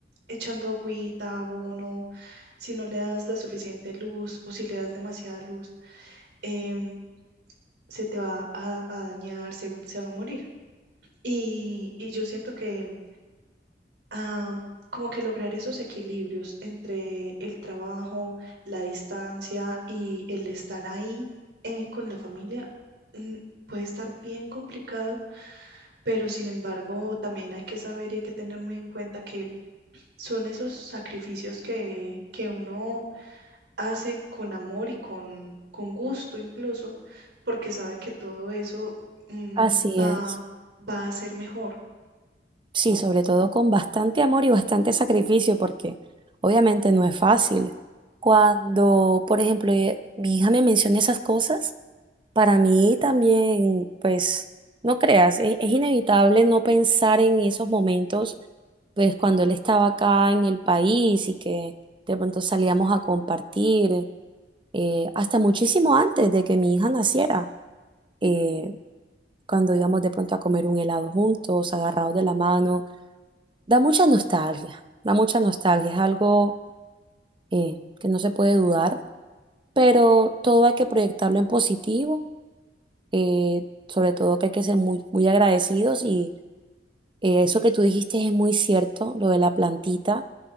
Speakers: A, on the right; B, on the right.
A: echando agüita, abono, si no le das la suficiente luz o si le das demasiada luz, em, se te va a, a dañar, se, se va a morir. Y, y yo siento que ah, como que lograr esos equilibrios entre el trabajo, la distancia y el estar ahí eh, con la familia mm, puede estar bien complicado, pero sin embargo también hay que saber y hay que tener muy en cuenta que son esos sacrificios que, que uno hace con amor y con, con gusto incluso, porque sabe que todo eso mm,
B: así
A: va,
B: es.
A: va a ser mejor.
B: Sí, sobre todo con bastante amor y bastante sacrificio, porque obviamente no es fácil. Cuando, por ejemplo, eh, mi hija me menciona esas cosas, para mí también, pues, no creas, e- es, inevitable no pensar en esos momentos, pues, cuando él estaba acá en el país y que de pronto salíamos a compartir, eh, hasta muchísimo antes de que mi hija naciera, eh, cuando íbamos de pronto a comer un helado juntos, agarrados de la mano Da mucha nostalgia, da mucha nostalgia, es algo eh, que no se puede dudar, pero todo hay que proyectarlo en positivo, eh, sobre todo que hay que ser muy, muy agradecidos y eh, eso que tú dijiste es muy cierto, lo de la plantita,